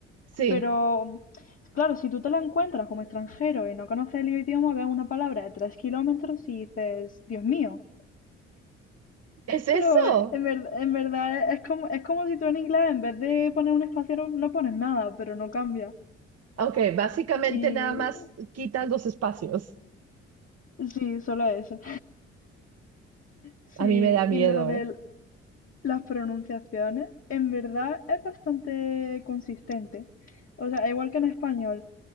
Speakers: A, on the right; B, on the left.
A: sí,
B: Pero, claro, si tú te lo encuentras como extranjero y no conoces el idioma, ves una palabra de tres kilómetros y dices, Dios mío.
A: es eso.
B: Pero eh, en, ver- en verdad es como, es como si tú en inglés en vez de poner un espacio no, no pones nada, pero no cambia.
A: Ok, básicamente
B: Y
A: nada más quitan los espacios.
B: sí, solo eso. Sí,
A: A mí me da miedo,
B: y lo de
A: ¿eh?
B: las pronunciaciones, en verdad es bastante consistente. O sea, igual que en español.